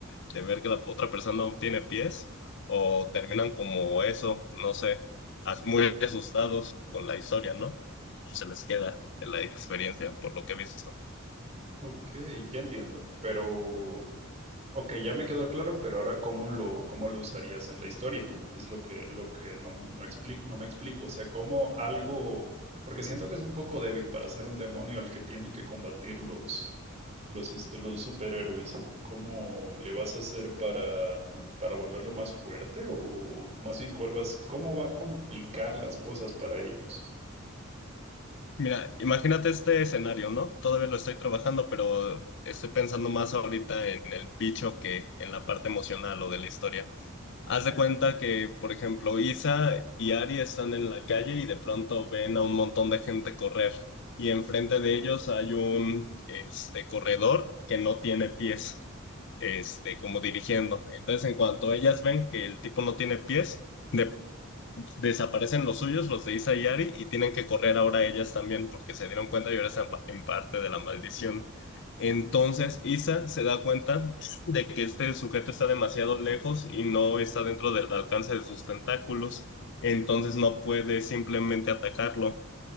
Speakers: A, on the left; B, on the right.
A: de ver que la otra persona no tiene pies o terminan como eso, no sé, as- muy asustados con la historia, ¿no? Se les queda de la experiencia, por lo que he visto.
B: Ok, ya entiendo, pero Ok, ya me quedó claro, pero ahora cómo lo, cómo lo usarías en la historia. Es lo que, lo que no, me- no, expli- no me explico. O sea, cómo algo, porque siento que es un poco débil para ser un demonio al que tienen que combatir los, los, este, los superhéroes. ¿Cómo le vas a hacer para, para volverlo más fuerte? O más bien, ¿cuál vas, cómo va a complicar las cosas para ellos?
A: Mira, imagínate este escenario, ¿no? Todavía lo estoy trabajando, pero estoy pensando más ahorita en el bicho que en la parte emocional o de la historia. Haz de cuenta que, por ejemplo, Isa y Ari están en la calle y de pronto ven a un montón de gente correr. Y enfrente de ellos hay un este, corredor que no tiene pies, este, como dirigiendo. Entonces, en cuanto ellas ven que el tipo no tiene pies, de desaparecen los suyos, los de Isa y Ari, y tienen que correr ahora ellas también porque se dieron cuenta y ahora están pa- en parte de la maldición. Entonces Isa se da cuenta de que este sujeto está demasiado lejos y no está dentro del alcance de sus tentáculos, entonces no puede simplemente atacarlo.